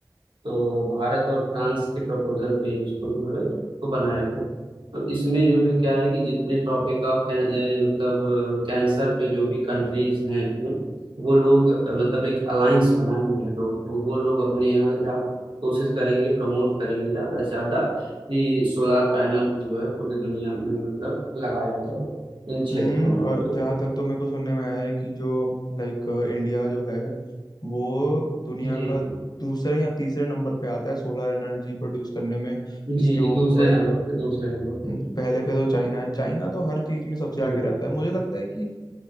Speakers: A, on the right; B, on the left.
A: तो भारत और फ्रांस के प्रपोजल पे इसको जो है इसको बनाया गया तो इसमें जो
B: हम्म
A: है क्या है कि जितने टॉपिक ऑफ मतलब कैंसर पे जो भी कंट्रीज हैं हैं, वो लोग अ, मतलब एक अलायंस बनाए हैं तो, तो वो लोग अपने यहाँ जा कोशिश करेंगे प्रमोट करेंगे ज्यादा से ज्यादा कि सोलार पैनल को जो है पूरी दुनिया में मतलब लगाया जाए इन क्षेत्रों
B: हम्म, और
A: में तो
B: जहाँ तक तो मेरे को सुनने में आया है कि जो लाइक इंडिया जो है वो दुनिया
A: जी जी
B: का दूसरे या तीसरे नंबर पे आता है सोलर एनर्जी प्रोड्यूस करने में इसके
A: जी
B: ऊपर
A: जी दूसरे नंबर पे दूसरे नंबर
B: हम्म,
A: पे
B: पहले पे तो चाइना है चाइना तो हर चीज में सबसे
A: हम्म
B: आगे रहता है मुझे लगता है कि